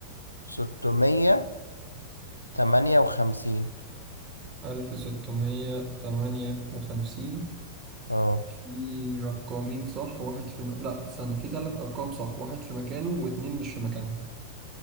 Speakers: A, on the left; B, on the right.
A: ستمية تمانية وخمسين
B: 1658
A: اه
B: في رقمين صح واحد في م... لا استنى في ثلاث أرقام صح واحد في مكانه واتنين مش في مكانهم